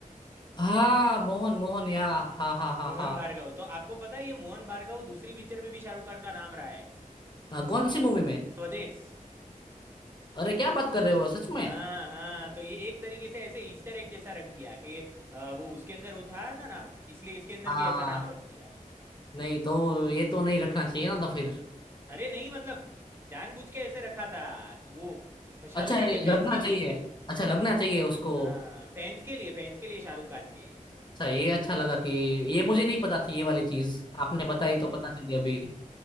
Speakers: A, on the left; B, on the right.
A: हाँ मोहन मोहन या हाँ हाँ हाँ
B: मोहन
A: हाँ
B: भार्गव तो आपको पता है ये मोहन भार्गव दूसरी पिक्चर में भी शाहरुख खान का नाम रहा है
A: अ, कौन सी मूवी में
B: स्वदेश
A: अरे क्या बात कर रहे हो सच में
B: हाँ हाँ तो ये एक तरीके से ऐसे ईस्टर एग जैसा रख दिया कि अ, वो उसके अंदर होता है ना नाम इसलिए इसके अंदर
A: हाँ
B: भी ऐसा नाम रख दिया
A: नहीं तो ये तो नहीं रखना चाहिए ना तो फिर
B: अरे नहीं मतलब जानबूझ के ऐसे रखा था वो फ-
A: अच्छा
B: शाहरुख
A: ये
B: खान के
A: लगना
B: फैंस के
A: चाहिए
B: लिए
A: अच्छा लगना चाहिए उसको
B: हाँ फैंस के लिए फैंस के लिए शाहरुख खान के
A: अच्छा ये अच्छा लगा कि ये मुझे नहीं पता थी ये वाली चीज आपने बताई
B: हाँ भाई
A: तो पता चली अभी